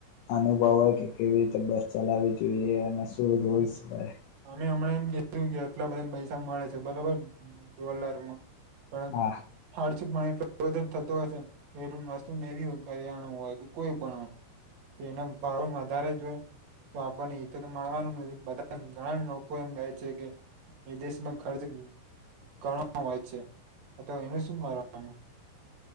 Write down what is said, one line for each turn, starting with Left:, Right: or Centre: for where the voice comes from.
Left: અનુભવ હોય કે કેવી રીતે બસ ચલાવી જોઈએ. શું રૂલ્સ હોય
Right: અમે હમણે કે આટલા બધા પૈસા મળે છે બરાબર ડોલરમાં. પણ
Left: હા
Right: ખર્ચ પણ એ ખર્ચો તો થતો હશેન કઈ પણ વસ્તુ મેવીય કર્યાણું હોય કે કોઈ પણ હોય, તો એના ભાડુ વધારે જોય, તો આપણન મળવાનું નથી બધા ઘણા લોકો એમ, ગાય છે કે વિદેશમાં ખર્ચ ઘણો હોય છે, અથવા એનું શું કરવાનું.